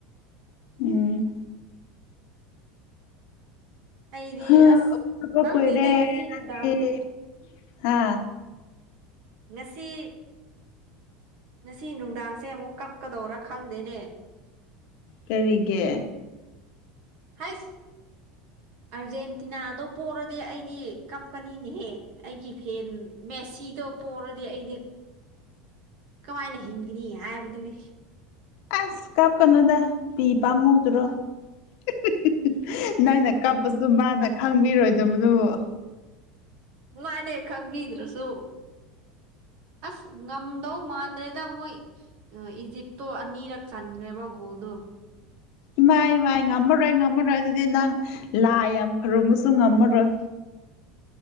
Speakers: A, on the left (about 55°); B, on the right (about 50°).
A: ꯎꯝ꯫
B: ꯑꯩꯗꯤ
A: ꯍ
B: ꯑꯁ
A: ꯗꯕ
B: ꯈꯪꯗꯦꯅꯦ
A: ꯀꯨꯏꯔꯦ
B: ꯉꯁꯤ
A: ꯅꯪꯗꯤ
B: ꯅꯨꯡꯗꯥꯡ
A: ꯍꯥ꯫
B: ꯉꯁꯤ ꯉꯁꯤ ꯅꯨꯡꯗꯥꯡꯁꯦ ꯑꯃꯨꯛ ꯀꯞꯀꯗꯧꯔꯥ ꯈꯪꯗꯦꯅꯦ꯫
A: ꯀꯔꯤꯒꯤ꯫
B: ꯍꯥꯏꯁ ꯑꯥꯔꯖꯦꯟꯇꯤꯅꯥꯗꯣ ꯄꯣꯔꯗꯤ ꯑꯩꯗꯤ ꯀꯞꯀꯅꯤꯅꯦꯍꯦ꯫ ꯑꯩꯒꯤ ꯐꯦꯟ ꯃꯦꯁꯤꯗꯣ ꯄꯣꯔꯗꯤ ꯑꯩꯗꯤ ꯀꯃꯥꯏꯅ ꯍꯤꯡꯒꯅꯤ ꯍꯥꯏꯕꯗꯨꯅꯤ꯫
A: ꯑꯁ ꯀꯥꯞꯀꯅꯨꯗ ꯄꯤ ꯄꯥꯝꯃꯨꯗ꯭ꯔꯣ꯫ <unintelligible> ꯅꯪꯅ ꯀꯞꯄꯁꯨ ꯃꯥꯅ ꯈꯪꯕꯤꯔꯣꯏꯗꯕꯗꯨꯕꯨ꯫
B: ꯃꯥꯅꯦ ꯈꯪꯕꯤꯗ꯭ꯔꯁꯨ ꯑꯁ ꯉꯝꯗꯧ ꯃꯥꯟꯗ꯭ꯔꯦꯗ ꯃꯣꯏ꯫ ꯏꯖꯤꯞꯇꯣ ꯑꯅꯤꯔꯛ ꯆꯟꯈ꯭ꯔꯦꯕ ꯒꯣꯜꯗꯣ꯫
A: ꯏꯃꯥꯏ ꯏꯃꯥꯏ ꯉꯝꯃꯔꯣꯏ ꯉꯝꯃꯔꯣꯏ ꯑꯗꯨꯗꯤ ꯅꯪ ꯂꯥꯏ ꯌꯥꯝ ꯈꯔꯨꯝꯃꯁꯨ ꯉꯝꯃꯔꯣꯏ꯫